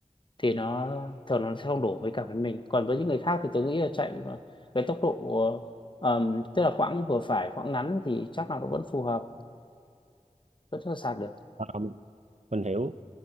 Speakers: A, on the left; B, on the right.
A: thì nó thường nó sẽ không đổ với cả với mình còn với những người khác thì tôi nghĩ là chạy mà với tốc độ ờm, tức là quãng vừa phải quãng ngắn thì chắc là nó vẫn phù hợp vẫn sẽ sạc được
B: à, mình hiểu